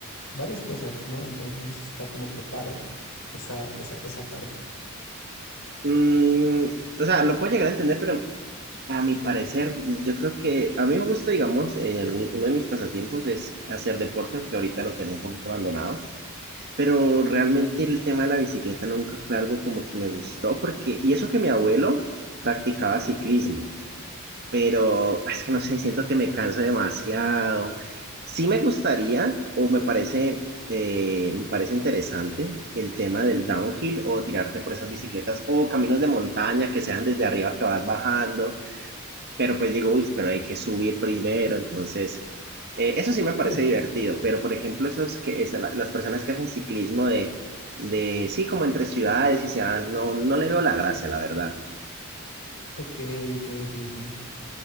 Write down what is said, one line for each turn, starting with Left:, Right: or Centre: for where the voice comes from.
Left: varias cosas, ¿no? Entonces está como que padre esa, esa, esa parte.
Right: Mm, o sea, lo puedo llegar a entender, pero a mi parecer, yo creo que a mí me gusta, digamos, eh, algún- uno de mis pasatiempos es hacer deporte, aunque ahorita lo tengo un poquito abandonado. Pero realmente el tema de la bicicleta nunca fue algo como que me gustó, porque, y eso que mi abuelo practicaba ciclismo, pero ah, es que no sé, siento que me canso demasiado. Sí me gustaría, o me parece, eh, me parece interesante el tema del downhill o tirarte por esas bicicletas o caminos de montaña que sean desde arriba que vas bajando, pero pues digo, uy, pero hay que subir primero, entonces, eh, eso sí me parece
Left: Mm.
Right: divertido, pero por ejemplo, esos que, esa- la- las personas que hacen ciclismo de, de, sí, como entre ciudades y se van, no, no le veo la gracia, la verdad.
Left: Ok, ok, ok, ok.